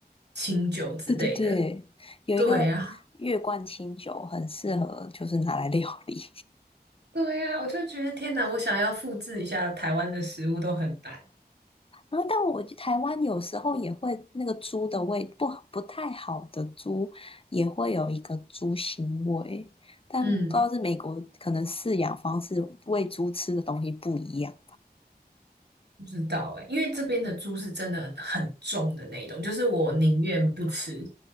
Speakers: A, on the right; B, on the left.
A: 清酒之类的。
B: 对对对，有一个
A: 对啊，
B: 月冠清酒很适合，就是拿来料理。
A: 对呀，我就觉得天哪，我想要复制一下台湾的食物都很难。
B: 然后，但我去台湾有时候也会那个猪的味不好，不太好的猪也会有一个猪腥味，但不知道是美国可能饲养方式喂猪吃的东西不一样。
A: 嗯，不知道哎、因为这边的猪是真的很重的那一种，就是我宁愿不吃。